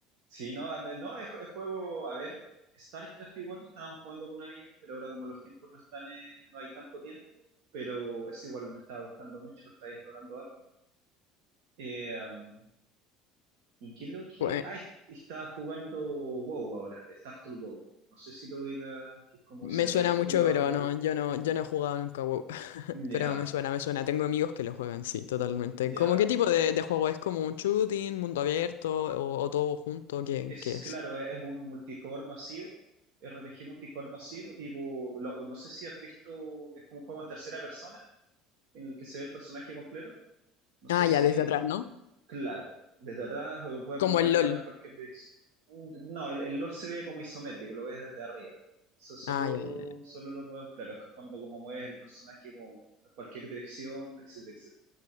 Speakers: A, on the right; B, on the left.
A: Sí, no, a- no, es, es juego, a ver, StarCraft igual estábamos jugando con un amigo, pero ahora como los tiempos no están, eh, no hay tanto tiempo, pero es igual me estaba gustando mucho, lo estaba disfrutando harto. Eh, um, ¿y qué es lo que...?
B: Y-
A: Ah, es- estaba jugando WoW ahora, Startle WoW. No sé si lo diga, que es como
B: Me
A: servidor
B: suena mucho,
A: privado
B: pero no,
A: de...
B: yo no, yo no he jugado nunca WoW. <laughs>
A: Ya,
B: Pero me suena, me suena. Tengo amigos que lo juegan, sí, totalmente.
A: ya.
B: ¿Cómo qué tipo de, de juego es? ¿Como un shooting, mundo abierto o, o todo junto? ¿Qué,
A: Es
B: qué es?
A: claro, es, es un multijugador masivo, RPG multijugador masivo, tipo, lo- no sé si has visto, es como un juego en tercera persona en el que se ve el personaje completo. No
B: Ah,
A: sé si,
B: ya, desde atrás, ¿no?
A: claro, desde atrás o puedes
B: Como
A: mover la
B: el
A: cámara
B: LOL.
A: en cualquier dirección. No, el, el LOL se ve como isométrico, lo ves desde arriba. Eso solo,
B: Ah, ya, ya, ya.
A: solo lo puedo, claro, es que cuando como mueves el personaje como a cualquier dirección, etcétera, etcétera.